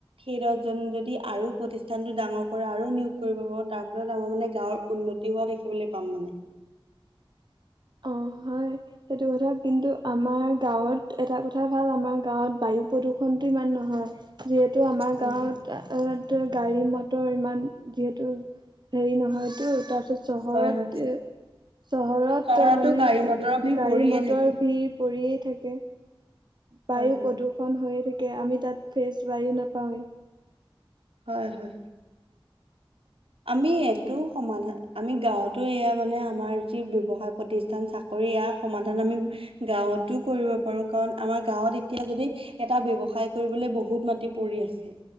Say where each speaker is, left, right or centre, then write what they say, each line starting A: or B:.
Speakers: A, on the right (about 80°); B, on the right (about 50°).
A: সেই দহজনে যদি আৰু প্ৰতিষ্ঠানতটো ডাঙৰ কৰে আৰু নিয়োগ কৰিব পাৰো তাৰ ফলত আমাৰ মানে গাঁৱৰ উন্নতি হোৱা দেখিবলৈ পাম মানে।
B: অ', হয়। সেইটো কথা কিন্তু, আমাৰ গাঁৱত এটা কথা ভাল আমাৰ গাঁৱত বায়ু প্ৰদূষণটো ইমান নহয়। যিহেতু আমাৰ
A: হয়
B: গাঁৱত গাড়ী মটৰ ইমান যিহেতু হেৰি নহয়তো তাৰ পিছত চহৰত
A: হয় হয়
B: এ, চহৰত
A: চহৰতো
B: মানে
A: গাড়ী মটৰৰ ভিৰ
B: গাড়ী
A: পৰিয়ে
B: মটৰ
A: থাকে
B: ভিৰ পৰিয়ে থাকে। বায়ু
A: হয় হয়।
B: প্ৰদূষণ হৈয়ে থাকে। তাকে আমি তাত ফ্ৰেচ বায়ু নাপাৱেই।
A: হয় হয়। আমি এইটো সমাধান, আমি গাঁৱতো এয়া মানে আমাৰ যি ব্যৱসায় প্ৰতিষ্ঠ সান চাকৰি ইয়াৰ সমাধান আমি গাঁৱতো কৰিব পাৰোঁ কাৰণ আমাৰ গাঁৱত এতিয়া যদি এটা ব্যৱসায় কৰিবলৈ বহুত মাটি পৰি আছে।